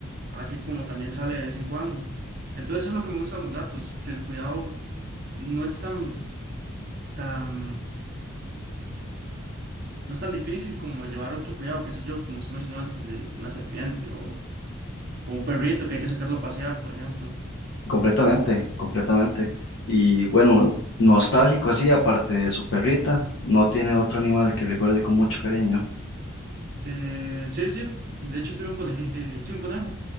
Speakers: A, on the right; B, on the left.
A: así como también sale de vez en cuando. Entonces eso es lo que me gusta de los gatos, que el cuidado no es tan, tan, no es tan difícil como llevar otro cuidado, qué sé yo, como usted mencionó antes, de una serpiente o, o un perrito que hay que sacarlo a pasear, por ejemplo.
B: Completamente, completamente. Y bueno, nostálgico así, aparte de su perrita, no tiene otro animal que recuerde con mucho cariño.
A: Eh, sí, sí, de hecho tuve un conejo, sí, un conejo.